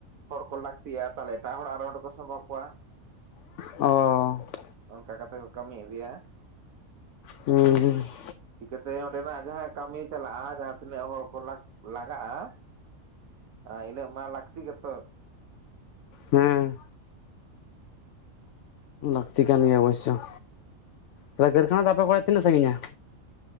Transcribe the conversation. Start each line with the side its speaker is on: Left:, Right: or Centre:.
Right: ᱦᱚᱲ ᱠᱚ ᱞᱟᱹᱠᱛᱤᱭᱟ ᱛᱟᱦᱚᱞᱮ ᱮᱴᱟᱜ ᱦᱚᱲ ᱟᱨᱚ ᱚᱸᱰᱮ ᱠᱚ ᱥᱟᱢᱵᱟᱣ ᱠᱚᱣᱟ ᱾
Left: ᱚᱻ ᱾
Right: ᱚᱱᱠᱟ ᱠᱟᱛᱮ ᱠᱚ ᱠᱟᱹᱢᱤ ᱤᱫᱤᱭᱟ ᱾
Left: ᱦᱩᱸ ᱦᱩᱸ ᱾
Right: ᱪᱤᱠᱟᱹᱛᱮ ᱚᱸᱰᱮᱱᱟᱜ ᱡᱟᱦᱟᱸ ᱠᱟᱹᱢᱤ ᱪᱟᱞᱟᱜ-ᱟ ᱡᱟᱦᱟᱸ ᱛᱤᱱᱟᱹᱜ ᱦᱚᱲ ᱠᱚ ᱞᱟᱜᱟᱜ-ᱟ ᱟᱨ ᱤᱱᱟᱹᱜ ᱢᱟ ᱞᱟᱹᱠᱛᱤ ᱜᱮᱛᱚ ᱾
Left: ᱦᱮᱸ ᱾ ᱞᱟᱹᱠᱛᱤ ᱠᱟᱱ ᱜᱮᱭᱟ ᱚᱵᱚᱥᱳᱭ, ᱛᱟᱦᱚᱞᱮ ᱠᱟᱹᱨᱠᱷᱟᱱᱟ ᱫᱚ ᱟᱯᱮ ᱠᱚᱨᱮ ᱛᱤᱱᱟᱹᱜ ᱥᱟᱺᱜᱤᱧᱟ?